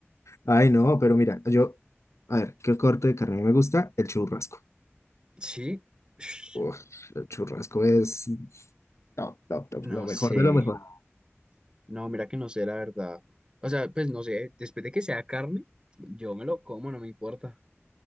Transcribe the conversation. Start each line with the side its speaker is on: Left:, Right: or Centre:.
Left: Ay, no, pero mira, yo, a ver, ¿qué corte de carne me gusta? El churrasco.
Right: Sí. Ush,
Left: Uf, el churrasco es top, top, top,
Right: no
Left: lo
Right: sé.
Left: mejor de lo mejor. O
Right: No, mira que no sé, la verdad. O sea, pues no sé, después de que sea carne, yo me lo como, no me importa.